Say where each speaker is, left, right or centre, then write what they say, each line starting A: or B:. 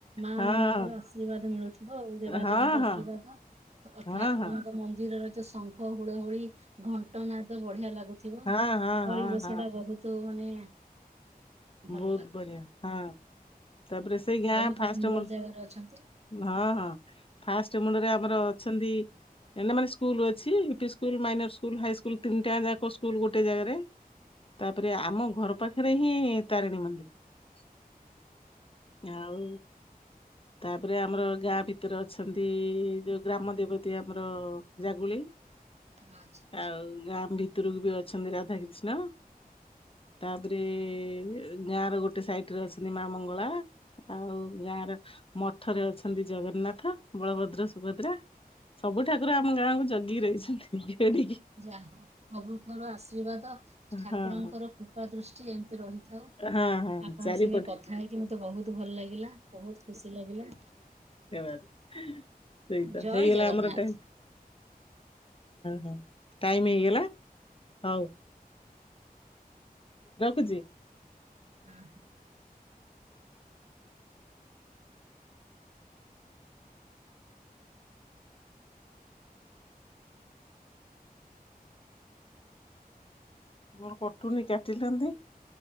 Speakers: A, on the right; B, on the left.
A: ମା
B: ହଁ
A: ମାନଙ୍କର ଆଶର୍ବାଦ ମିଳୁ ହଉଉ ଦେବାଦେବୀଙ୍କ
B: ହଁ
A: ଆଶୀର୍ବାଦ
B: ହଁ ହଁ
A: ଠାକୁରଙ୍କ
B: ହଁ।
A: ମନ୍ଦିରର ଯୋଉ ଶଙ୍ଖ ହୁଳ ହୁଳି ଘଣ୍ଟ ନାଦ ବଢିଆ ଲାଗୁଥିବ
B: ହଁ ହଁ
A: ପରିବେଶଟା
B: ହଁ ହଁ
A: ବହୁତ ମାନେ ଭଲ
B: ବହୁତ
A: ଲାଗୁଥିବ।
B: ବଢିଆ ହଁ। ତାପରେ ସେଇ ଗାଁ
A: ବହୁତ
B: ଫାଷ୍ଟ
A: ସୁନ୍ଦର
B: ହଁ
A: ଜାଗାରେ ଅଛନ୍ତି
B: ହଁ ଫାଷ୍ଟ ରେ ଆମର ଅଛନ୍ତି, ମାନେ ସ୍କୁଲ ଅଛି UP school minor school high school ତିନିଟା ଯାକ ସ୍କୁଲ ଗୋଟେ ଜାଗାରେ ତାପରେ ଆମ ଘର ପାଖରେ ହିଁ ତାରିଣୀ ମନ୍ଦିର
A: <inaudible>
B: ଆଉ। ତାପରେ ଆମର ଗାଁ ଭିତରେ ଅଛନ୍ତି, ଯୋଉ ଗ୍ରାମ ଦେବତୀ ଆମର ଜାଗୁଳି
A: <inaudible> ଆଚ୍ଛା।
B: ଆଉ ଗଁ ଭିତରକୁ ବି ଅଛନ୍ତି ରାଧା କୃିଷ୍ଣ ତାପରେ ଗାଁ ର ଗୋଟେ ସାଇଟ୍ ରେ ଅଛନ୍ତି ମା ମଙ୍ଗଳା ଆଉ ଗାଁ ର ମଠରେ ଅଛନ୍ତି, ଜଗନ୍ନାଥ ବଳଭଦ୍ର ସୁଭଦ୍ରା ସବୁ ଠାକୁର ଆମ ଗାଁକୁ ଜଗିି କି ରହିଛନ୍ତି ଟିକେ
A: ଯା ହଉ ପ୍ରଭୁଙ୍କର ଆଶୀର୍ବାଦ ଠାକୁରଙ୍କର
B: ହଁ
A: କୃପା ଦୃଷ୍ଟି ଏମିତି ରହିଥାଉ।
B: ହଁ ହଁ
A: ଆପଣଙ୍କ
B: ଚାରିପଟେ
A: ସାଙ୍ଗେ କଥା ଆଣିକି ମତେ ବହୁତ ଭଲ ଲାଗିଲା ବହୁତ ଖୁସି ଲାଗିଲା।
B: ସେଇଟ
A: ଜୟ
B: ହେଇଗଲା
A: ଜଗନ୍ନାଥ।
B: ଆମର ଟାଇମ, ହଁ। ଟାଇମ ହେଇଗଲା ହଉ। ରଖୁଛି!
A: ହୁଁ ହଁ।
B: କଣ କଟୁନି କାଟଛନ୍ତି?